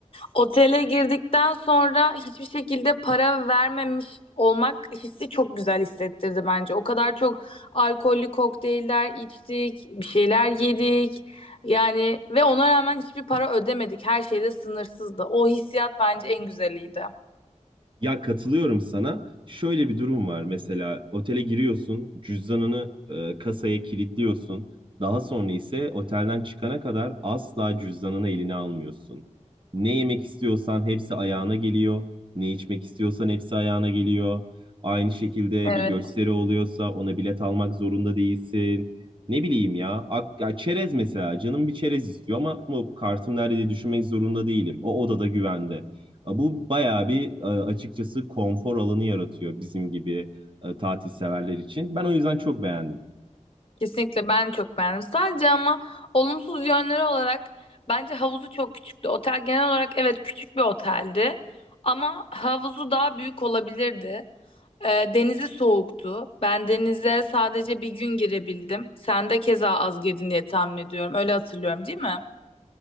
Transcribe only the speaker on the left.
Otele girdikten sonra hiçbir şekilde para vermemiş olmak hissi çok güzel hissettirdi bence. O kadar çok alkollü kokteyller içtik, bir şeyler yedik. Yani ve ona rağmen hiçbir para ödemedik. Her şey de sınırsızdı. O hissiyat bence en güzeliydi.
Evet.
Kesinlikle ben çok beğendim. Sadece ama olumsuz yönleri olarak bence havuzu çok küçüktü. Otel genel olarak evet küçük bir oteldi ama havuzu daha büyük olabilirdi. Ee, denizi soğuktu. Ben denize sadece bir gün girebildim. Sen de keza az girdin diye tahmin ediyorum. Öyle hatırlıyorum, değil mi?